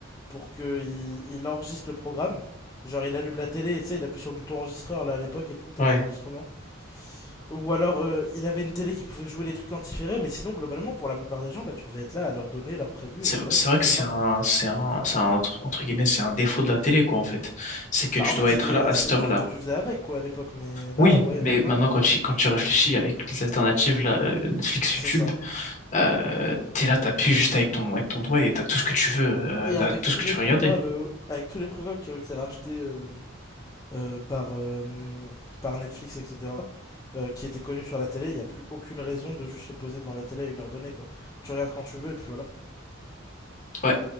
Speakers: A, on the left (about 15°); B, on the left (about 40°).
A: pour qu'il il enregistre le programme. Genre il allume la télé et tu sais, il appuie sur le bouton enregistreur là à l'époque et du coup t'avais
B: Ouais.
A: un enregistrement. Ou alors euh, il avait une télé qui pouvait jouer les trucs en différé, mais sinon globalement pour la plupart des gens bah tu devais être là à leur donner leur prévu
B: C'est
A: et puis voilà
B: c'est
A: sinon
B: vrai que
A: c'est
B: c'est
A: mort
B: un,
A: quoi.
B: c'est un, c'est un, entre entre guillemets, c'est un défaut de la télé, quoi, en fait. C'est que
A: Bah
B: tu
A: en
B: dois
A: fait c'était
B: être là à
A: c'est
B: cette heure-là.
A: juste ce que tu faisais avec quoi à l'époque mais là
B: Oui,
A: ouais
B: mais
A: maintenant
B: maintenant,
A: on-
B: quand tu, quand tu réfléchis avec les alternatives, là, euh, Netflix,
A: c'est
B: YouTube,
A: ça.
B: Euh, t'es là, t'appuies juste avec ton, avec ton doigt et t'as tout ce que tu veux, euh,
A: Et
B: t'as
A: avec
B: tout
A: tous
B: ce que
A: les
B: tu
A: programmes
B: veux regarder.
A: euh, avec tous les programmes qui ont été rachetés euh, euh, par, euh, par Netflix, etc., euh, qui étaient connus sur la télé, il n'y a plus aucune raison de juste se poser devant la télé à une heure donnée, quoi. Tu regardes quand tu veux, et puis voilà.
B: Ouais,